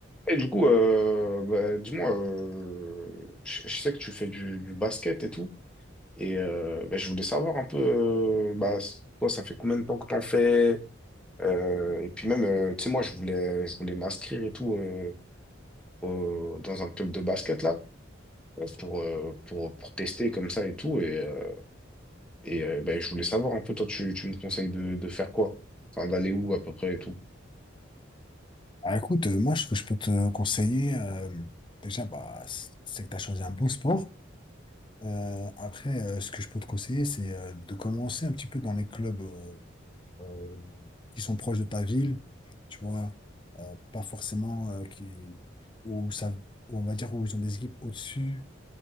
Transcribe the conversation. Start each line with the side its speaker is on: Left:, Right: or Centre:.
Centre: Et du coup, euh, bah, dis-moi, euh, je, je sais que tu fais du, du basket et tout, et euh, bah, je voulais savoir un peu, euh, bah, s- toi, ça fait combien de temps que t'en fais? Euh, et puis même, euh, tu sais, moi, je voulais, je voulais m'inscrire et tout euh, au- dans un club de basket là, euh, pour, euh, pour, pour tester comme ça et tout, et, euh, et euh, bah, je voulais savoir un peu, toi, tu, tu me conseilles de, de faire quoi? Enfin, d'aller où à peu près et tout.
Left: Ah, écoute, euh, moi, ce que je peux te conseiller, euh, déjà, bah, c- c'est que tu as choisi un bon sport. Euh, après, euh, ce que je peux te conseiller, c'est euh, de commencer un petit peu dans les clubs euh, euh, qui sont proches de ta ville, tu vois, euh, pas forcément euh, qui, où ça, où on va dire où ils ont des équipes au-dessus